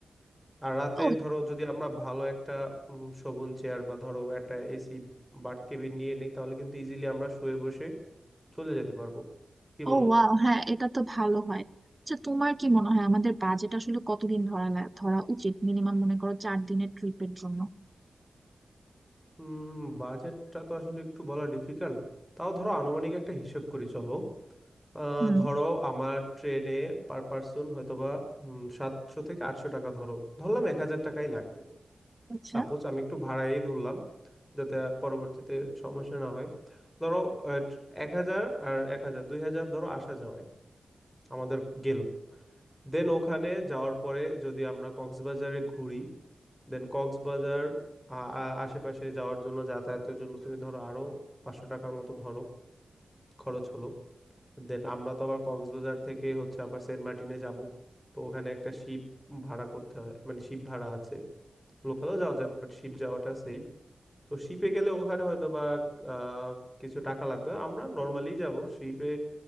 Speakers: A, in the centre; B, on the right.
A: আর রাতে
B: ও
A: ধরো যদি আমরা ভালো একটা উম, শোভন চেয়ার বা ধরো একটা এসি বার্থ কেবিন নিয়ে নিই তাহলে কিন্তু ইজিলি আমরা শুয়ে বসে চলে যেতে পারবো কি বলো
B: ও ওয়াও হ্যাঁ এটা তো ভালো হয় আচ্ছা তোমার কি মনে হয় আমাদের বাজেট আসলে কতদিন ধরা লা- ধরা উচিত মিনিমাম মনে করো চার দিনের ট্রিপের জন্য
A: উম বাজেটটা তো আসলে একটু বলা ডিফিকাল্ট তাও ধরো আনুমানিক একটা হিসেব করি চলো আহ,
B: হুম
A: ধরো আমার ট্রেনে পার পার্সন হয়তোবা বা সাতশো থেকে আটশো টাকা ধরো ধরলাম এক হাজার টাকাই লাগবে
B: আচ্ছা
A: সাপোজ আমি একটু ভাড়াই ধরলাম যাতে পরবর্তীতে সমস্যা না হয় ধরো আহ, এক হাজার আর এক হাজার দুই হাজার ধরো আসা যাওয়ায় আমাদের গেল দেন ওখানে যাওয়ার পরে যদি আমরা কক্সবাজারে ঘুরি দেন কক্সবাজার আ- আ- আশেপাশে যাওয়ার জন্য যাতায়াতের জন্য তুমি ধরো আরো পাঁচশো টাকার মতো ধরো খরচ হলো দেন আমরা তো আবার কক্সবাজার থেকে হচ্ছে আবার সেন্ট মার্টিনে যাব তো ওখানে একটা শিপ ভাড়া করতে হয় মানে শিপ ভাড়া আছে লোকালও যাওয়া যায় বাট শিপ যাওয়াটা সেফ তো শিপে গেলে ওখানে হয়তো বা আহ, কিছু টাকা লাগবে আমরা নর্মালি যাব শিপে